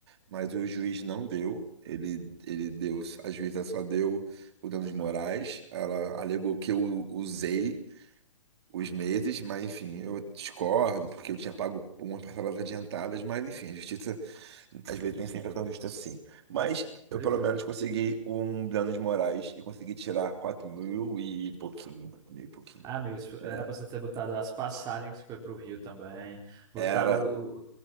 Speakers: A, on the right (about 50°); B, on the right (about 20°).
A: mas o juiz não deu. Ele, ele deu, a juíza só deu o danos morais. Ela alegou que eu usei os meses, mas enfim, eu discordo, porque eu tinha pago umas parcelas adiantadas, mas enfim, a justiça às vezes nem sempre é tão justa assim. Mas eu
B: Pois
A: pelo
B: é.
A: menos consegui um danos morais e consegui tirar 4 mil e pouquinho, 4 mil e pouquinho.
B: Ah, amigos,
A: É,
B: era pra você ter botado as passagens que foi pro Rio também, botado
A: Era.